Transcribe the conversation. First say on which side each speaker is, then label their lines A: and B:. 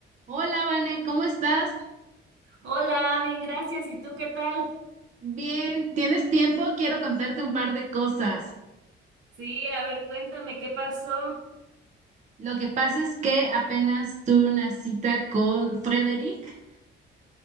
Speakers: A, on the right; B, on the right.
A: Hola, Vane, ¿cómo estás?
B: Hola, bien, gracias. ¿Y tú qué tal?
A: Bien, ¿tienes tiempo? Quiero contarte un par de cosas.
B: Sí, a ver, cuéntame qué pasó.
A: Lo que pasa es que apenas tuve una cita con Frederick.